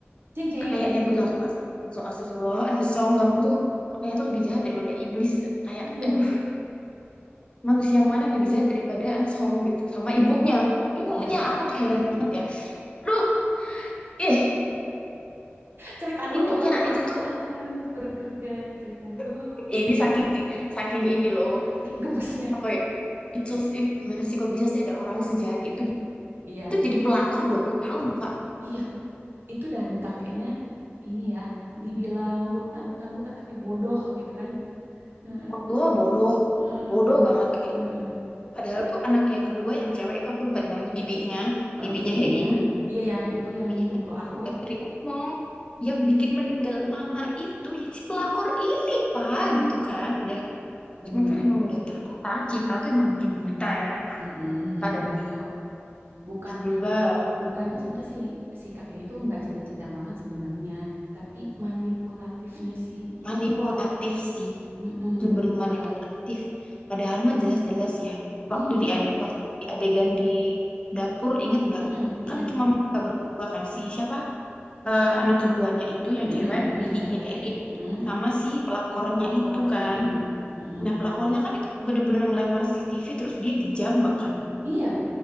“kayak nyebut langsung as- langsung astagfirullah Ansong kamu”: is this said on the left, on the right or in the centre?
Left